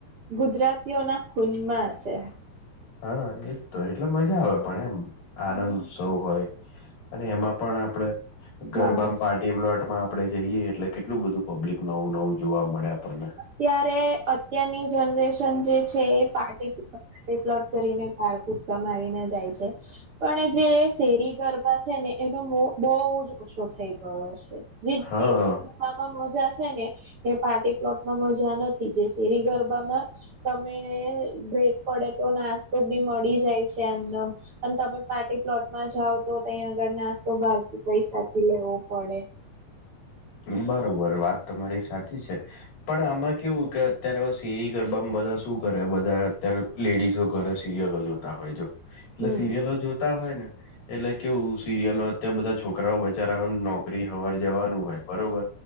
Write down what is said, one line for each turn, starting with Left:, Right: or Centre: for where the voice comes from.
Right: ગુજરાતીઓના ખૂનમાં છે.
Left: હા એત્તો એટલે મઝા આવે પણ એમ. આનંન
Right: હમ.
Left: ઉત્સવ હોય, અને એમાં પણ આપડે ગરબામ
Right: હા
Left: પા ટી પ્લોટમાં આપડે જઈએ એટલે કેટલું બધું પબ્લિક નવું નવું જોવા મળે આપણને.
Right: ત્યારે અત્યારની જનરેશન જે છે એ પાર્ટી તે પ્લોટ કરીને બાર કૂદકા મારીને જાય છે. પણ એ જે શેરી ગરબા છે ને એનો મોહ બોવજ ઓછો થઈ ગયો છે. જે
Left: હા
Right: શે માવામ મજા છે ને, એ પાર્ટી પ્લોટમાં મઝા નથી, જે શેરી ગરબામાં તમે-મે-મે બ્રેક પડે તો નાસ તો બી મળી જાય છે એમનમ, અન તા પણ પાર્ટી પ્લોટમાં જાવ તો તયા આગળ નાસ્તો બારથી પૈસા થી લેવો પડે.
Left: કેઇન બારોબર વાત તમારી સાકી છે. પણ આમાં કેવું કે અત્યાર અ શેરી ગરબામ બધા શું કરે બધા આ અત્યાર લેડીઝો ઘરે સિરિયલો જોતા હોય જો, એટલે
Right: હમ
Left: સિરિયલો જોતા હોય ને. એટલે કેવું સિરિયલો અત્યારે બધા છોકરાઓ બચારા નોકરી હવાર જવાનું હોય. બરોબર